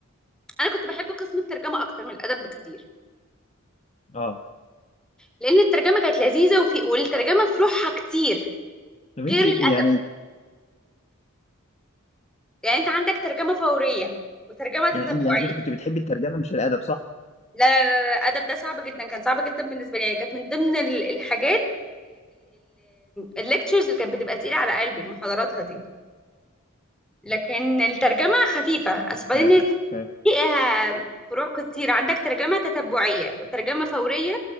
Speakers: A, in the centre; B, on the left.
A: انا كنت بحب قسم الترجمه اكتر من الادب بكتير
B: اه
A: لان الترجمه كانت لذيذه وفي والترجمه في روحها كتير
B: طب انت
A: غير
B: يعني
A: الادب يعني انت عندك ترجمه فوريه وترجمه تتبعيه
B: يعني إن- يعني انت كنت بتحبي الترجمه مش الادب صح
A: لا لا لا لا، الادب ده صعب جدا كان صعب جدا بالنسبه لي يعني كانت من ضمن ال- الحاجات الليكتشرز اللي كانت بتبقى تقيله على قلبي محاضراتها دي لكن الترجمه خفيفه بس بعدين
B: فاهم فاهم
A: فيها فروع كتير عندك ترجمه تتبعيه وترجمه فوريه